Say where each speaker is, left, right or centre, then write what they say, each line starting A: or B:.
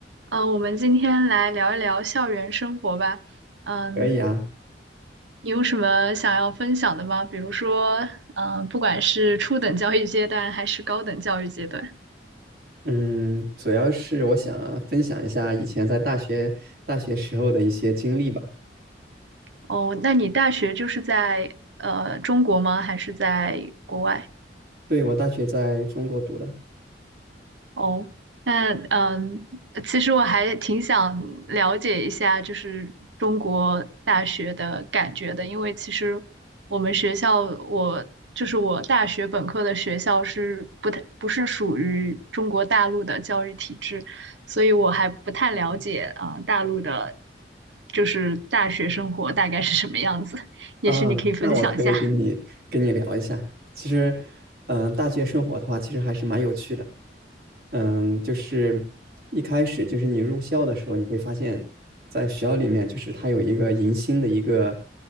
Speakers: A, on the right; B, on the right.
A: 嗯，我们今天来聊一聊校园生活吧。嗯，
B: 可以啊，
A: 你有什么想要分享的吗？比如说，嗯，不管是初等教育阶段还是高等教育阶段。
B: 嗯，主要是我想分享一下以前在大学大学时候的一些经历吧。
A: 哦，那你大学就是在呃中国吗？还是在国外？
B: 对，我大学在中国读的。
A: 哦，那嗯，其实我还挺想了解一下，就是中国大学的感觉的，因为其实我们学校，我就是我大学本科的学校是不太不是属于中国大陆的教育体制，所以我还不太了解啊，呃大陆的，就是大学生活大概是什么样子，也许你可以分享一下。
B: 啊，那我可以跟你跟你聊一下。其实，嗯、大学生活的话，其实还是蛮有趣的。嗯，就是一开始就是你入校的时候，你会发现，在学校里面，就是它有一个迎新的一个